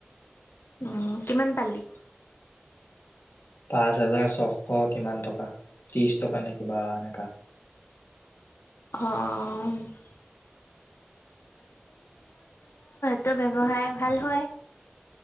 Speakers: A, on the left; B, on the left.
A: উম কিমান পালি?
B: পাঁচহাজাৰ ছশ কিমান টকা, ত্ৰিশ টকা নে কিবা এনেকা।
A: অঁ! ত ব্যৱসায় ভাল হয়?